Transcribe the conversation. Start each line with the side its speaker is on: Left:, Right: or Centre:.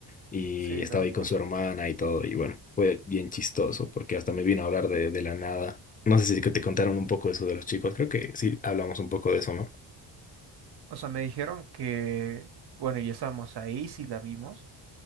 Left: y
Right: Sí,
Left: estaba
Right: la recuerdo.
Left: ahí con su hermana y todo. Y bueno, fue bien chistoso porque hasta me vino a hablar de, de la nada. No sé si que te contaron un poco eso de los chicos, creo que sí hablamos un poco de eso, ¿no?
Right: O sea, me dijeron que, bueno, ya estábamos ahí, sí la vimos.